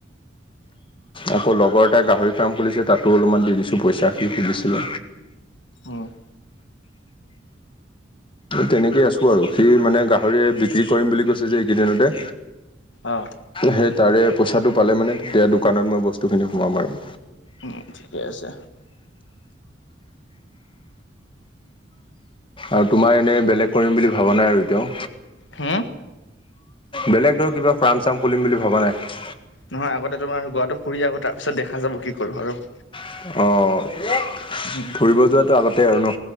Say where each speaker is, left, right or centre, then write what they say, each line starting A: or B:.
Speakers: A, on the left; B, on the left.
A: আকৌ লগৰ এটা গাহৰি ফাৰ্ম খুলিছে তাতো অলপমান দি দিছো পইচা সুধছিলো।
B: অ'।
A: তেনেকেই আছোঁ আৰু সি মানে গাহৰিয় বিক্ৰী কৰিম বুলি কৈছে যে এইকেইদিনতে।
B: অ'।
A: সেই তাৰে পইচাটো পালে মানে তেতিয়া দোকানত মই বস্তু খিনি সোমাম আৰু।
B: উম, ঠিকে আছে।
A: আৰু তোমাৰ এনেই বেলেগ কৰিম বুলি ভাবা নাই আৰু এতিয়াও।
B: হুম।
A: বেলেগ ধৰ কিবা প্ৰাণ চাম খুলিম বুলি ভাবা নাই।
B: নহয় আগতে তোমাৰ গোৱাটো ফুৰি আহু তাৰ পিছত দেখা যাব কি কৰো আৰু।
A: অ'।
B: উম।
A: ফুৰিব যোৱাতটো আগতে আৰু ন?